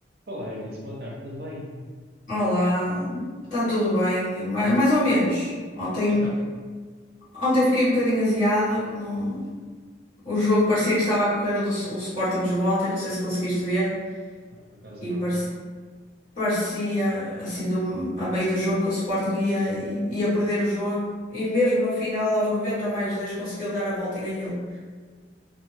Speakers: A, on the right; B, on the left.
A: Olá, Eunice, boa tarde, tudo bem?
B: Olá, está tudo bem, mais, mais ou menos. Ontem,
A: Então,
B: ontem fiquei um bocadinho aziada, não- o jogo parecia que estava a correr, o, do- o Sporting jogou ontem, não sei se conseguiste ver,
A: não, por acaso
B: e
A: não.
B: parecia, parecia assim, do, a meio do jogo, que o Sporting ia, ia perder o jogo, e mesmo no final, aos 90 mais 2 conseguiu dar a volta e ganhou.